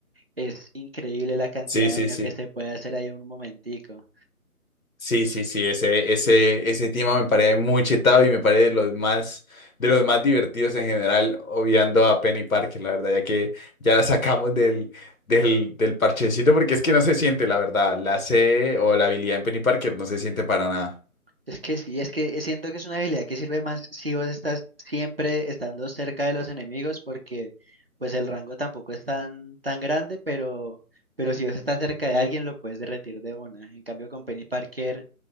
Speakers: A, on the right; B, on the left.
A: Es increíble la cantidad
B: Sí,
A: de
B: sí,
A: daño
B: sí.
A: que se puede hacer ahí en un momentico.
B: Sí, sí, sí. Ese, ese, ese tema me parece muy chetado y me parece de los más, de los más divertidos en general, obviando a Penny Parker, la verdad, ya que ya la sacamos del, del, del parchecito, porque es que no se siente, la verdad. La C o la habilidad en Penny Parker no se siente para nada.
A: Es que sí, es que siento que es una habilidad que sirve más si vos estás siempre estando cerca de los enemigos porque pues el rango tampoco es tan, tan grande, pero, pero si vos estás cerca de alguien lo puedes derretir de una. En cambio con Penny Parker